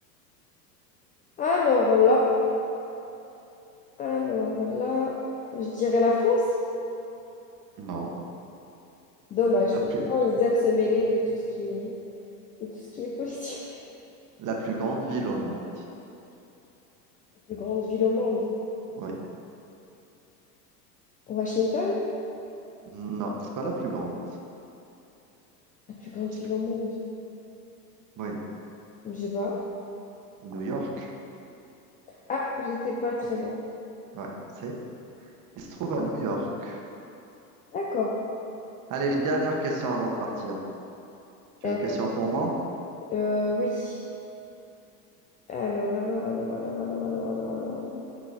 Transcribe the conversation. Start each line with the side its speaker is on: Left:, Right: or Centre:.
Left: Alors là, alors là, je dirais la France.
Right: Non.
Left: Dommage.
Right: La plus,
Left: Oh, Ils aiment se mêler de tout ce qui est, de tout ce qui est politique.
Right: la plus grande ville au monde.
Left: <laughs> La plus grande ville au monde.
Right: Oui.
Left: Washington?
Right: Non, c'est pas la plus grande.
Left: La plus grande
Right: C'est
Left: ville
Right: plus-
Left: au monde.
Right: Oui.
Left: Je sais pas.
Right: New York.
Left: Ah, j'étais pas très bon.
Right: Ouais. C'est, il se trouve à New York.
Left: D'accord.
Right: Allez, une dernière question avant de partir. Tu
Left: Euh,
Right: as une question pour moi?
Left: Euh, oui. Alors, alors, alors, alors, alors, alors, alors, alors.